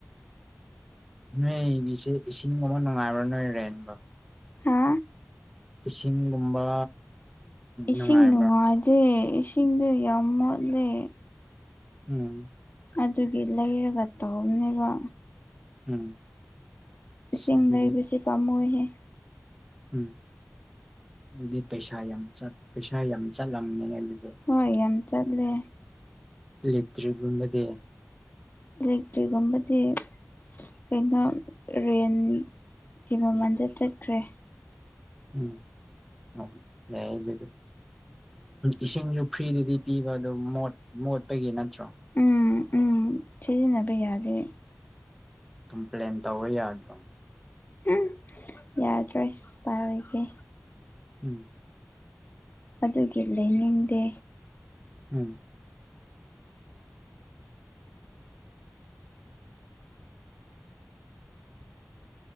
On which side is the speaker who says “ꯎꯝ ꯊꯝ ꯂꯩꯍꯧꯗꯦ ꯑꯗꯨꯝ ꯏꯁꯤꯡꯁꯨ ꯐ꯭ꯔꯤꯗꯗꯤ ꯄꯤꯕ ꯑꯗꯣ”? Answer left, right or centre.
Centre